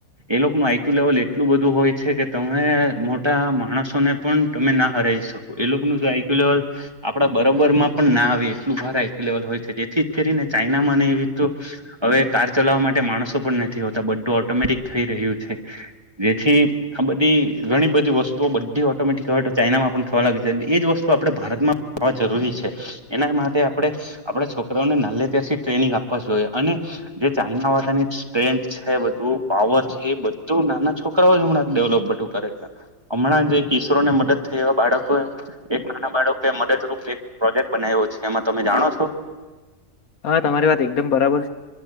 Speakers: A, on the right; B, on the left.
A: એ લોકોનું આઈક્યુ લેવલ એટલું બધું હોય છે, કે તમે મોટા માણસોને પણ તમે ના હરા શકો એ લોકો ન આઈકયુ લેવલ આપડા બરાબર માં પણ ના આવે એટલું વાાર લેવલ હોય છે. જેથી જ કરીને ચાઈના ને એવી રી હવે કાર ચલાવવા માટે માણસો પણ નથી, હોતા બધું ઓટોમેટિક થઈ જેથી, આ બધી ઘણી બધી વસ્તુ તો બધી ઓટોમેટિક આવે તો ચાઇના માં પણ થવા લાગે છે. એ જ વસ્તુ આપણે ભારતમા ખવા જરૂરી છે, એના માટે આપે આપડ છો. ને નાલે ત્યાંથી ટ્રેનિંગ આપવા જ જોઈએ અને જે ચાાઈના વાળાની સ્ટ્રેથ છે. બધુ પાવર છે, બધ તો નાના છોકરાઓ હમણાં ડેવલોપ બધું કરે છે. હમણાં જે કિશોરો ને મદદ થઈ એવા બાળકો એક નાના બાળકે મદદરૂપ એક પ્રોજેક્ટ બનાવ્યો છે, એમાં તમે જાણો છો.
B: હા તમારી વાત એકદમ બરાબર